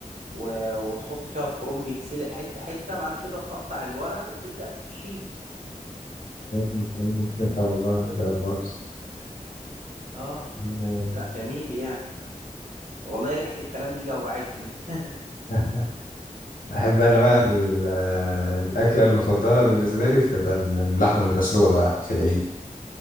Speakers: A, on the right; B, on the left.
A: و... وتحط فيها الكرنب يتسلق حتة حتة بعد كده تقطع الورق وتبدأ تحشيه
B: مم، مم، ما شاء الله ما شاء الله
A: اه
B: <laughs>
A: لا جميل يعني والله ريحة الكلام دي جوعتني <laughs>
B: آه، احب انا بقى ال- آه، الاكله المفضله بالنسبه لي بتبقى اللحمه المسلوقه بقى في العيد